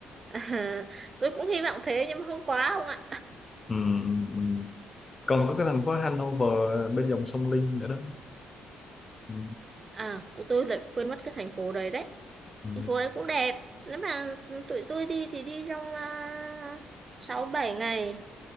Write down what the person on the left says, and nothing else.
ừ, ừ, ừ. còn có cái thành phố Hanover bên dòng sông Linh nữa đó ừ,
ừ.